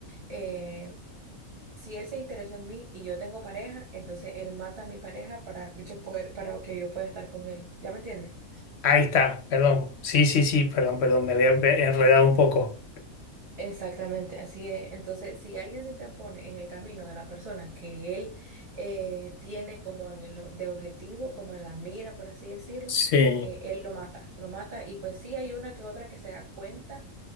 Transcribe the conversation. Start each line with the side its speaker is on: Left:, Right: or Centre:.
Right: eh, si él se interesó en mí y yo tengo pareja, entonces él mata a mi pareja para que yo poder, para que yo pueda estar con él. ¿Ya me entiendes?
Left: Ahí está, perdón. Sí, sí, sí, perdón, perdón, me había pe- enredado un poco.
Right: Exactamente, así es. Entonces, si alguien se interpone en el camino de la persona que él eh, tiene como en el, de objetivo, como en la mira, por así decirlo,
Left: Sí.
Right: eh, él lo mata, lo mata. Y pues sí hay una que otra que se da cuenta